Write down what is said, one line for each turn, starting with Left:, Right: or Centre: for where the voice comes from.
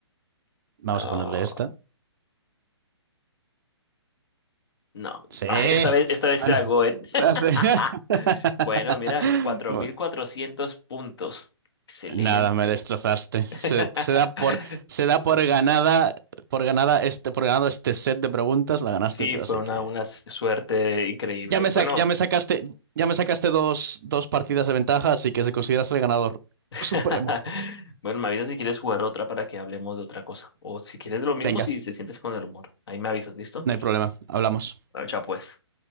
Right: Vamos
Left: Ah,
Right: a ponerle esta.
Left: No,
Right: Sí.
Left: ah, esta vez, esta vez
Right: Bueno,
Left: era Goethe.
Right: <laughs>
Left: <laughs>
Right: la hace- <laughs>
Left: Bueno, mira, cuatro
Right: Bueno.
Left: mil cuatrocientos puntos. Excelente.
Right: Nada, me destrozaste. Se,
Left: <laughs>
Right: se da por, se da por ganada, por ganada este, por ganado este set de preguntas, la ganaste
Left: Sí,
Right: tú,
Left: fue
Right: así
Left: una,
Right: que
Left: una suerte increíble.
Right: ya me,
Left: Bueno,
Right: sa- ya me sacaste, ya me sacaste dos, dos partidas de ventaja, así que se consideras el ganador
Left: <laughs>
Right: supremo.
Left: bueno, me avisas si quieres jugar otra para que hablemos de otra cosa. O si quieres lo mismo,
Right: Venga,
Left: si te sientes con el humor. Ahí me avisas, ¿listo?
Right: no hay problema, hablamos.
Left: Chao, chao, pues.